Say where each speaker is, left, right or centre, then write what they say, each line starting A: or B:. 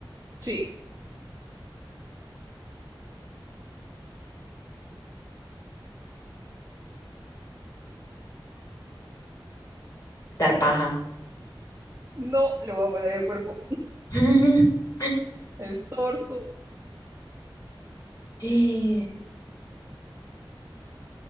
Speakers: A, on the right; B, on the left.
A: Sí,
B: dar paja.
A: no le voy a poner el cuerpo,
B: <laughs>
A: el torso.
B: ¿Y?